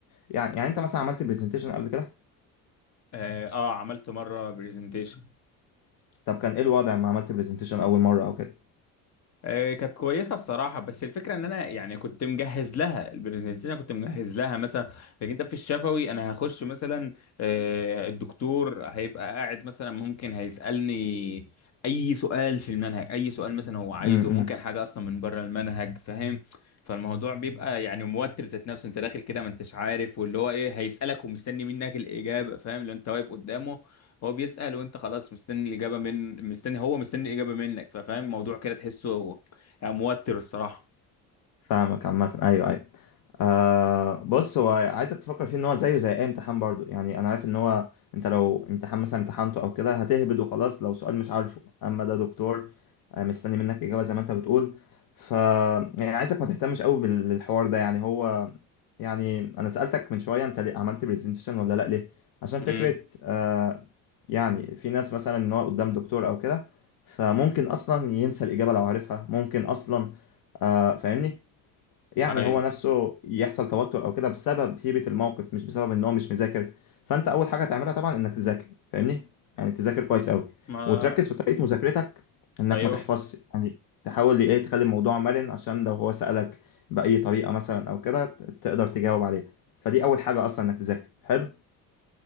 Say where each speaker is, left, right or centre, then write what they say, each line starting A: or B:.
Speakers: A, on the left; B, on the left.
A: يعني يعني انت مثلا عملت برزنتيشن قبل كده
B: اه آه، عملت مره برزنتيشن
A: طب كان ايه الوضع لما عملت برزنتيشن اول مرة او كده
B: آه، كانت كويسه الصراحه بس الفكره ان انا يعني كنت مجهز لها البرزنتيشن كنت مجهز لها مثلا لكن انت في الشفوي انا هخش مثلا آه، الدكتور هيبقى قاعد مثلا ممكن هيسالني اي سؤال في المنهج اي سؤال مثلا هو عايزه
A: امم
B: ممكن حاجه اصلا من بره المنهج فاهم فالموضوع بيبقى يعني موتر ذات نفسه انت داخل كده ما انتش عارف واللي هو ايه هيسالك ومستني منك الاجابه فاهم لو انت واقف قدامه هو بيسأل وانت خلاص مستني الإجابة من مستني هو مستني الإجابة منك ففاهم الموضوع كده تحسه هو يعني موتر الصراحة
A: فاهمك عامة ايوه ايوه آه بص هو عايزك تفكر فيه ان هو زيه زي اي امتحان برضو يعني انا عارف ان هو انت لو امتحان مثلا امتحنته او كده هتهبد وخلاص لو سؤال مش عارفه اما ده دكتور آه مستني منك اجابة زي ما انت بتقول ف يعني عايزك ما تهتمش قوي بال- بالحوار ده يعني هو يعني انا سألتك من شوية انت ليه عملت برزنتيشن ولا لا ليه عشان فكرة
B: امم
A: آه يعني في ناس مثلا ان هو قدام دكتور او كده فممكن اصلا ينسى الاجابة لو عارفها ممكن اصلا آه فاهمني يعني
B: ايوه
A: هو نفسه يحصل توتر او كده بسبب هيبة الموقف مش بسبب ان هو مش مذاكر فانت اول حاجة تعملها طبعا انك تذاكر فاهمني يعني تذاكر كويس قوي
B: ما
A: وتركز في طريقة مذاكرتك انك
B: ايوه
A: ما تحفظش يعني تحاول ايه تخلي الموضوع مرن عشان لو هو سألك بأي طريقة مثلا او كده ت- تقدر تجاوب عليه فدي اول حاجة اصلا انك تذاكر حلو